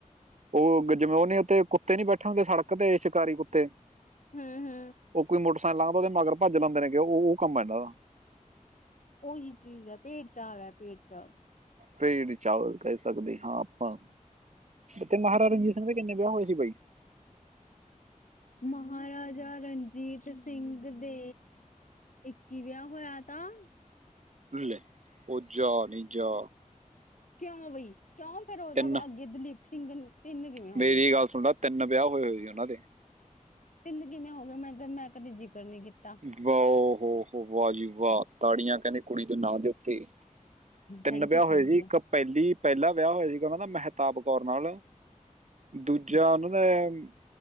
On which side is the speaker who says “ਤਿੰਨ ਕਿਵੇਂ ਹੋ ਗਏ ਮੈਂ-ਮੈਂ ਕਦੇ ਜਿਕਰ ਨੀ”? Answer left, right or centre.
Left